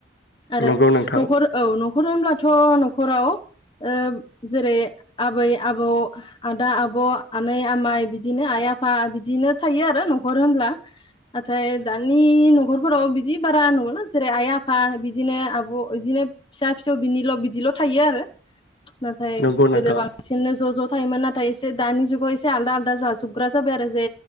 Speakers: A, on the left (about 25°); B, on the left (about 65°).
A: आरो
B: नंगौ नोंथां
A: नखर औ नखर होनब्लाथ नखराव ओ जेरै आबै आबौ <unintelligible> आदा आब आनै आमाइ बिदिनो आइ आफा आफा बिदिनो थायो आरो नखर होनब्ला नाथाय दानि नख'रफोराव बिदि बारा नुला जेरै आइ आफा बिदिनो आब इदिनो फिसा फिसौ बिनिल बिदिल थायो आरो। नाथाय
B: नंगौ नोंथां
A: गोदो बांसिननो ज ज। थायोमोन नाथाय एसे दानि जुगाव एसे आलादा आलादा जाजोबग्रा जाबाय आरो जे